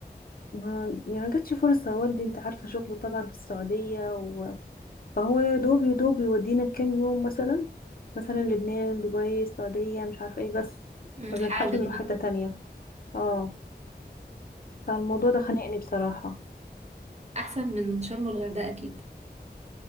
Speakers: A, on the left; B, on the right.
A: ما يعني جاتش فرصة والدي أنت عارفة شغله طبعا في السعودية و... فهو يا دوب يا دوب يودينا كام يوم مثلا مثلا لبنان دبي السعودية مش عارفة ايه بس
B: أمم،
A: ما
B: حاجة
A: بنلحقش نروح
B: جنبكم
A: حتة تانية اه فالموضوع ده خانقني بصراحة
B: أحسن من شرم والغردقة أكيد